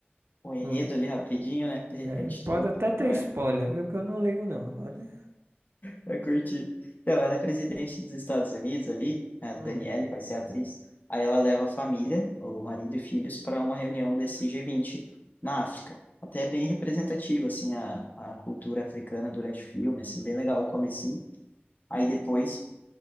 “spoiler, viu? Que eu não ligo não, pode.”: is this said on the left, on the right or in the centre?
Right